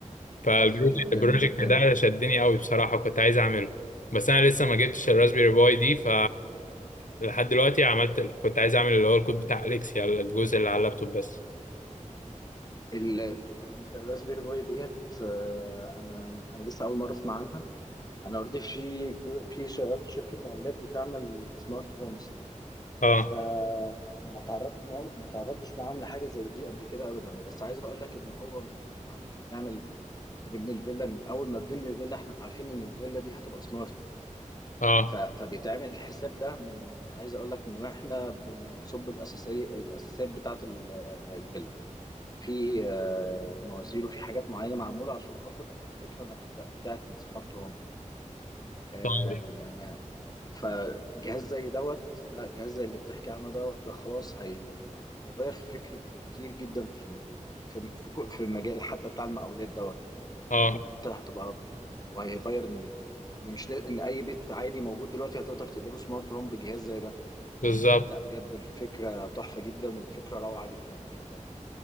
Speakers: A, on the left; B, on the left.
A: فالبروجكت
B: تحفه جدا
A: البروجكت
B: جدا
A: ده شدني قوي بصراحة كنت عايز اعمله بس انا لسه ما جبتش الراسبيري باي دي ف لحد دلوقتي عملت كنت عايز اعمل اللي هو الكود بتاع اليكسيا الجزء اللي على اللابتوب بس
B: ال- ال- الراسبيري باي ديت آه، انا انا لسه اول مره اسمع عنها انا اوريدي في في شغال في شركه مقاولات بتعمل سمارت هومز
A: اه
B: فما تعرضت ما تعرضتش معاهم لحاجه زي دي قبل كده ابدا بس عايز اقول لك ان هو يعني احنا بنعمل بنبني الفيلا من اول ما بنبني الفيلا احنا عارفين ان الفيلا دي هتبقى سمارت
A: اه
B: ف- فبيتعمل الحساب ده من عايز اقول لك من واحنا بنصب الاساسي الاساسيات بتاعه ال- الفيلا في آه، مواسير وفي حاجات معينه معموله عشان خاطر الفكره نفسها بتاعه السمارت هوم آه،
A: طيب
B: يعني فجهاز زي دوت لا جهاز زي اللي بتحكي عنه دوت ده خلاص هي هيغير في فكري كتير جدا في في في كو- في المجال حتى بتاع المقاولات دوت
A: اه
B: انك انت هتبقى وهيغير ان إن مش لا- ان اي بيت عادي موجود دلوقتي هتقدر تقلبه سمارت هوم بجهاز زي ده
A: بالظبط
B: لا بجد الفكره تحفه جدا والفكره روعه جدا جدا